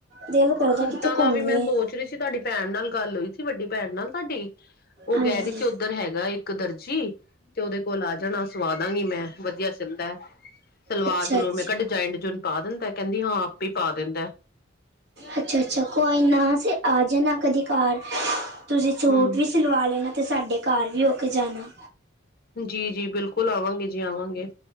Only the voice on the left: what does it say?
ਸੂਟਾਂ
ਦਾ
ਵੀ ''ਮੈਂ ਸੋਚ ਰਹੀ ਸੀ ਤੁਹਾਡੀ ਭੈਣ ਨਾਲ ਗੱਲ ਹੋਈ ਸੀ ਵੱਡੀ ਭੈਣ ਨਾਲ ਤੁਹਾਡੀ ਉਹ
ਕਹਿ ਰਹੀ ਸੀ ਉੱਧਰ ਹੈਗਾ ਇੱਕ ਇੱਕ ਦਰਜੀ ਤੇ ਉਹਦੇ ਕੋਲ ਆ ਜਾਣਾ ਸਵਾਦਾਂਗੀ ਮੈਂ ਵਧੀਆ ਸਿਲਦਾ ਹੈ। ਸਲਵਾਰ-ਸੁਲਵੁਰ
ਮੈਂ ਕਿਹਾ ਡਿਜ਼ਾਇਨ-ਡੁਜੈਨ ਪਾ ਦਿੰਦਾ, ਕਹਿੰਦੀ ਹਾਂ ਆਪੇ ਹੀ ਪਾ ਦਿੰਦਾ।
ਹਮ
ਜੀ-ਜੀ, ਬਿਲਕੁਲ ਆਵਾਂਗੇ ਜੀ, ਆਵਾਂਗੇ